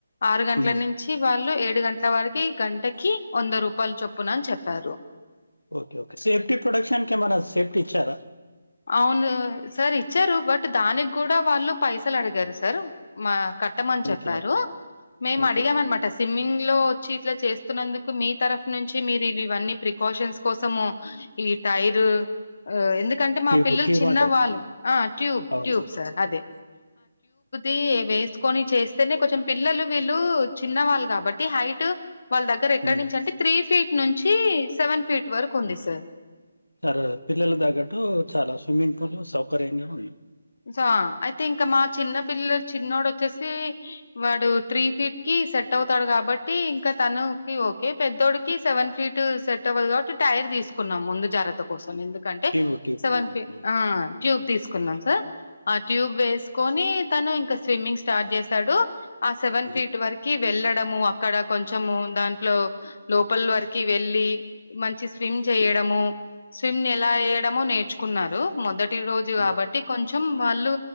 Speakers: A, on the left (about 50°); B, on the left (about 80°).
A: ఆరు గంటల
B: ఉమ్,
A: నుంచి వాళ్ళు ఏడ్ డు గంటల వరకి గంటకి వంద రూపాయలు చొప్పునన్ చెప్పారు
B: ఓకే ఓకే సేఫ్టీ ప్రొటెక్షన్ కెమన్నా సేఫ్టీ ఇచ్చారా
A: అవును సార్ ఇచ్చారు బట్ దానికి కూడా వాళ్ళు పైసలు అడిగారు సార్ మా కట్టమని చెప్పారు
B: ఓకే ఓకే
A: మేము
B: ఓకే
A: అడిగామనమాట
B: ఓకే
A: స్విమ్మింగ్లో చ్చి ఇట్లా చేస్తున్నందుకు మీ తరఫు నుంచి మీరు ఇవన్నీ ప్రికాషన్స్ కోసము ఈ టైరు ఎందుకు టే మా
B: ట్యూబ్
A: పిల్లలు
B: ట్యూబ్
A: చిన్న
B: అంటారు
A: వాళ్ళు
B: ఉమ్,
A: ఆ ట్యూబ్
B: అవును
A: ట్యూబ్ సార్ అదే ఈ వేసుకొని చేస్తేనే కొంచెం పిల్లలు వీళ్ళు చిన్నవాళ్ళు కాబట్టి హైటు వాళ్ళ దగ్గర ఎక్కడి
B: ఉమ్
A: నుంచి అంటే త్రీ ఫీట్ నుంచి సెవెన్ ఫీట్ వరకు ఉంది సార్
B: చర పిల్లల తగ్గట్టు చాలా స్విమ్మింగ్ పూల్ సౌకర్యంగా ఉంది
A: సో అయితే ఇంకా మా చిన్న పిల్లల చిన్నోడు వచ్చేసి వాడు త్రీ ఫీట్కి సెట్ అవుతాడు కాబట్టి ఇంకా తనుకి ఓకే పెద్దోడికి సెవెన్ ఫీట్ సెట్ అవ్వదు కాబట్టి టైర్ తీసుకున్నాం ముందు జాగ్రత్త కోసం ఎందుకు కంటే
B: ట్యూబ్ ట్యూబ్
A: సెవెన్
B: ఆ ఉమ్ ఉమ్
A: ఆ ట్యూబ్ తీసుకున్నాం సార్ ఆ ట్యూబ్ వేసుకొని తను ఇంకా స్విమ్మింగ్ స్టార్ట్ చేశాడు ఆ సెవెన్
B: ఉమ్
A: ఫీట్ వరకి వెళ్ళడ్ డము అక్కడ కొంచెము దాంట్లో లోపల వర్కి వెళ్ళి మ చి స్విమ్ చేయడము
B: ఉమ్
A: స్విమ్ ఎలా ఎయడము నేర్చుకున్నారు మొదటి రోజు కాబట్టి
B: ఉమ్
A: కొంచెం వాళ్ళు